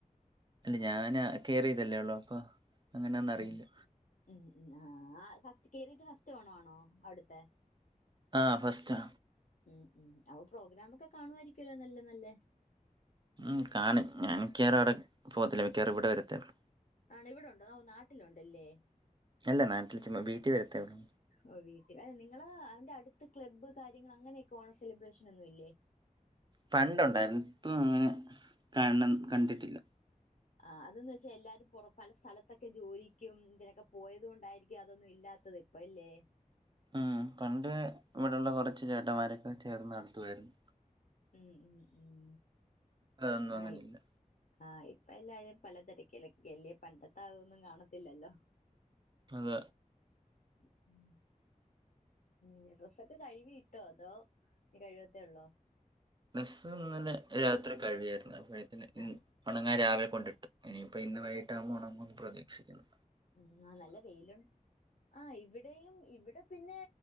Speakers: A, on the right; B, on the left.
A: അല്ല ഞാന കേറിയതല്ലേ ഒള്ളു അപ്പൊ അങ്ങനെ ഒന്നും അറിയില്ല
B: ഉം ഉം ഉം ആഹ് ആഹ് ഫസ്റ്റ് കേറീട്ട് ഫസ്റ്റ് ഓണവാണോ അവിട്ത്തെ
A: ആഹ് ഫസ്റ്റാ
B: ഉം ഉം അപ്പൊ പ്രോഗ്രാമൊക്കെ കാണുവായിരിക്കല്ലോ നല്ല നല്ലേ
A: ഉം കാണും ഞാൻ മിക്കവാറും അവിടെ പോകത്തില്ല മിക്കയറ ഇവിടെ വരത്തേഒള്ളു
B: ആണ് ഇവിടെണ്ടോ ഓഹ് നാട്ടിലുണ്ടല്ലേ
A: അല്ല നാട്ടിൽ ചുമ്മ വീട്ടി വരത്തെ ഒള്ളു
B: ഓഹ് വീട്ടിൽ അ നിങ്ങള് അവന്റെ അടുത്ത് ക്ലബ്ബ് കാര്യങ്ങള് അങ്ങനെയൊക്കെ ഓണ സെലിബ്രേഷൻ ഒന്നും ഇല്ലേ
A: പണ്ടുണ്ടായിരുന്നു ഇപ്പൊ അങ്ങനെ കാണ കണ്ടിട്ടില്ല
B: ആഹ് അതെന്താച്ചാ എല്ലാരും പൊറ പല സ്ഥലത്തൊക്കെ ജോലിക്കും തിനൊക്കെ പോയതുകൊണ്ടായിരിക്കും അതൊന്നും ഇല്ലാത്തത് പല്ലേ
A: ഉം പണ്ട് ഇവിടെള്ള കുറച്ച് ചേട്ടന്മാരൊക്കെ ചേർന്ന് നടത്തുായിര്ന്ന്
B: ഉം ഉം ഉം
A: അതൊന്നും അങ്ങനെല്ല്യ
B: ആ ആഹ് ഇപ്പ എല്ലാരും പല തെരകിലൊക്കെല്ലേ പണ്ടത്തെ ആഒന്നും കാണത്തില്ലല്ലോ
A: അത
B: ഉം അങ്ങനെ ഡ്രസ്സൊക്കെ കഴ്കിയിട്ടോ അതോ കഴികത്തേ ഒള്ളോ
A: ഡ്രസ്സ്‌ ഇന്നലെ രാത്രി കഴുകിയാര്ന്ന് അപ്പോഴത്തിന് ഇൻ
B: ആഹ്
A: ഒണങ്ങാൻ രാവിലെ കൊണ്ടിട്ട് ഇനിയിപ്പ ഇന്ന് വൈകിട്ട ആവുമ്പോ ഉണങ്ങുന്ന് പ്രതീക്ഷിക്ക്ന്ന്
B: ഉം ആഹ് നല്ല വെയിലു ആഹ് ഇവിടെയും ഇവിടെ പിന്നെ